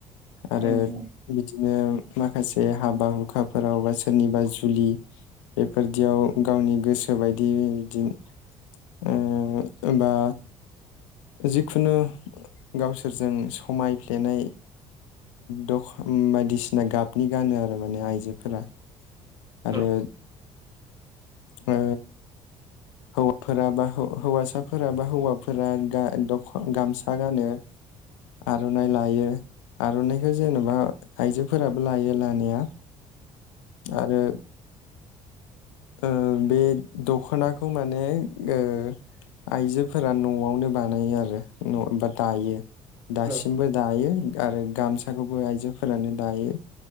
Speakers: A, on the left; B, on the right.
A: आरो
B: उम उम
A: बिदिनो माखासे हाबा हुखाफोराव बा सोरनिबा जुलि बेफोरदियाव गावनि गोसो बायदि बिदिनो ओ बा जिखुनु गावसोरजों समायफ्लेनाय दख बायदिसिना गाबनि गानो आरो माने आइजोफोरा। आरो
B: औ
A: ओ हौवाफोरा बा हौवासाफोरा बा हौवाफोरा दा दख गामसा गानो आर'नाइ
B: उम
A: लायो आर'नाइखौ जेन'बा आइजोफोराबो लायो लानाया आरो ओ बे दख'नाखौ माने ओ आइजोफोरा न'आवनो बानायो आरो न' एबा दायो दासिमबो
B: औ
A: दायो आरो गामसाखौबो आइजोफोरानो दायो